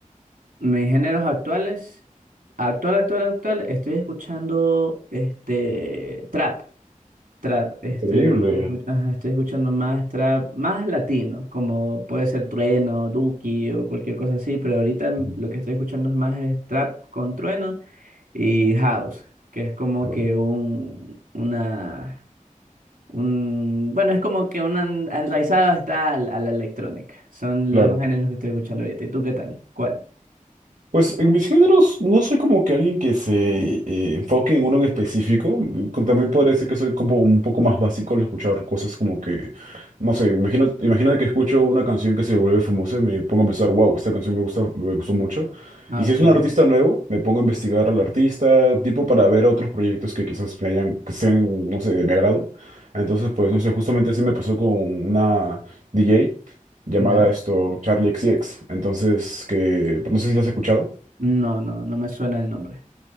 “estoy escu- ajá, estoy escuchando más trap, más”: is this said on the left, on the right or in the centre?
Right